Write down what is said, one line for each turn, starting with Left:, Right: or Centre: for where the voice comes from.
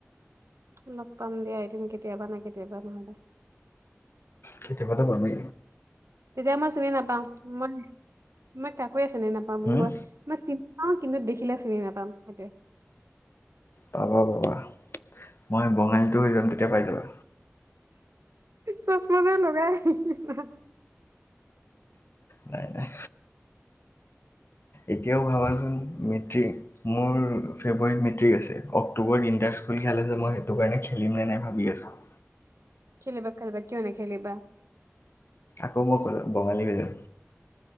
Right: লগ পাম দিয়া, এদিন কেতিয়াবা নাই কেতিয়াবা নহ'লে।
Left: কেতিয়াবাটো পামে।
Right: তেতিয়া মই চিনি নাপাওঁ মই-মই কাকোয়ে চিনি নাপাওঁ বুলি
Left: হুম
Right: কয়। মই চিপ পাওঁ কিন্তু দেখিলে চিনি নাপাম সেইটোৱে।
Left: পাবা-পাবা মই বঙালীটো হয় জাম, তেতিয়া পাই যাবা।
Right: চছমা জোৰ লগাই আহিবা।
Left: নাই-নাই। এতিয়াও ভাবাচোন মেট্ৰিক। মোৰ ফেব্ৰুৱাৰীত মেট্ৰিক আছে, অক্টোবৰট ইন্টাৰ স্কুল খেলে যে মই সেইটো কাৰণে খেলিম নে নাই ভাবি আছো।
Right: খেলিবা-খেলিবা কিয় নেখেলিবা
Left: আকৌ মই কলা বঙালী হৈ জাম